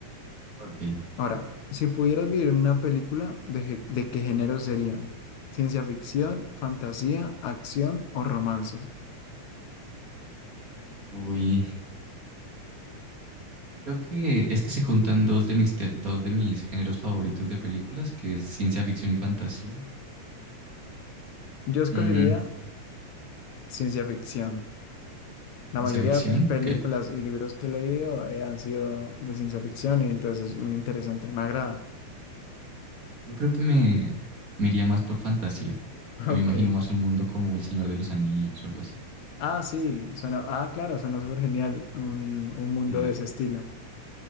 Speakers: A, on the right (about 30°); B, on the left (about 70°).
A: Ok.
B: Ahora, si pudieras vivir en una película, ¿de, ge- de qué género sería? ¿Ciencia ficción, fantasía, acción o romance?
A: Uy, creo que es que se juntan dos de mis, te- dos de mis géneros favoritos de películas, que es ciencia ficción y fantasía.
B: Yo escogería
A: Mm,
B: ciencia ficción. La
A: ciencia
B: mayoría
A: ficción,
B: de
A: porque
B: películas y libros que he leído eh, han sido de ciencia ficción y entonces es muy interesante, me agrada.
A: yo creo que me, me iría más por fantasía,
B: <laughs>
A: que
B: Ok.
A: me imagino más un mundo como El Señor de los Anillos o algo así.
B: Ah, sí, suena, ah, claro, suena súper genial un, un mundo
A: Eh,
B: de ese estilo.